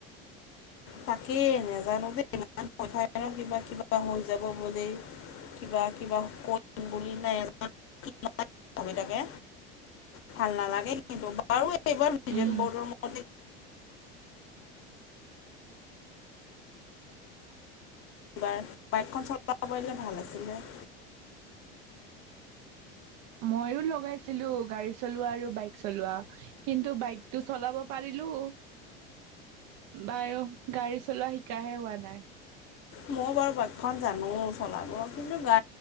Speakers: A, on the left (about 45°); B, on the right (about 60°).
A: তাকেই নেজানো দেই, ইমান ভয় খাই ন' কিবা কিবা হৈ যাব বুলি। কিবা কিবা কৰিম বুলি <unintelligible> ভাবি থাকে। ভাল নালাগে কিন্তু বাৰু <unintelligible> <unintelligible> <unintelligible> বাইকখন
B: উম
A: চলাব পাৰিলে ভাল আছিলে।
B: মইয়ো লগাইছিলো, গাড়ী চলোৱা আৰু বাইক চলোৱা। কিন্তু বাইকটো চলাব পাৰিলো, বাৰু, গাড়ী চলোৱা শিকাহে হোৱা নাই।
A: মই বাৰু বাইকখন জানো চলাব, কিন্তু গা